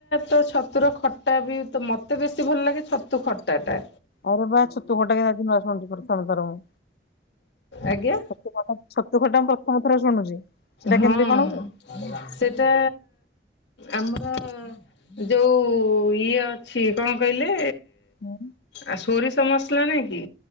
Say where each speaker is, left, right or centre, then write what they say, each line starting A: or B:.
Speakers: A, on the left; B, on the left.
A: ତ ଛତୁର ଖଟା ବି ତ ମୋତେ ବେଶୀ ଭଲ ଲାଗେ ଛତୁ ଖଟା ଟା।
B: ଆରେ ବା ଛତୁ କଟା କେ ଆଜି ନୂଆ ଶୁଣିଲେ ପ୍ରଥମ ଥର ମୁଁ
A: ଆଜ୍ଞା
B: ସେ ଖଟା ଛତୁ ଖଟା ମୁଁ ପ୍ରଥମ ଥର ଶୁଣୁଛି। ସେଟା
A: ହଁ।
B: କେମିତି କଣ ହୁଏ?
A: ସେଟା ଆମର ଯୋଉ ଇଏ ଅ ଛି କଣ କହିଲେ
B: ହୁଁ
A: ଆ, ସୋରିଷ ମସଲା ନାଇକି।